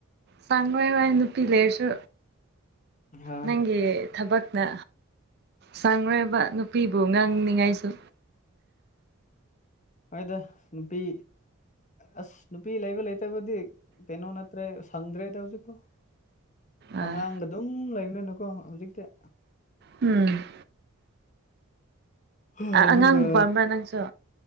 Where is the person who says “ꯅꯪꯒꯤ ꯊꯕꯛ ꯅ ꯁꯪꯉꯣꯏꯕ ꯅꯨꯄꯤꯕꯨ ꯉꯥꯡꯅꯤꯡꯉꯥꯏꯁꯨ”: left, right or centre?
Right